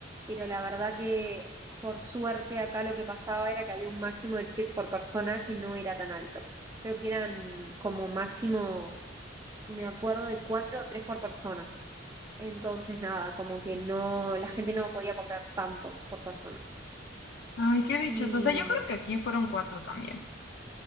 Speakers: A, on the right; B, on the left.
A: Pero la verdad que por suerte acá lo que pasaba era que había un máximo de tickets por persona que no era tan alto. Creo que eran como máximo, si me acuerdo, de cuatro o tres por persona. Entonces, nada, como que no, la gente no podía comprar tantos por persona.
B: Ay, qué dichos.
A: Y
B: O sea, yo
A: mm,
B: creo que aquí fueron cuatro también.